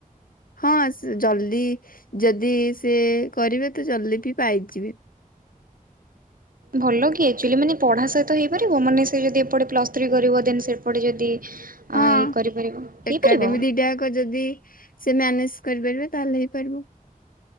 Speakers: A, on the left; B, on the right.
A: ହଁ
B: ତାକୁ
A: ଜଲଦି ଯଦି ସେ କରିବେ ତ ଜଲଦି ବି ପାଇଯିବେ।
B: ଭଲ କି ଆକ୍ଚୁଆଲି ମାନେ ପଢ଼ା ସହିତ ହେଇପାରିବ ମାନେ ସେ ଯଦି ଏପଟେ ପ୍ଲସ୍ ଥ୍ରୀ କରିବ ଦେନ୍ ସେପଟେ ଯଦି
A: ହଁ
B: କରିପାରିବ
A: ଏକାଡେମୀ
B: ହେଇପାରିବ
A: ଦିଟାକ ଯଦି ସେ ମ୍ୟାନେଜ କରିପାରିବେ ତାହେଲେ ହେଇପାରିବ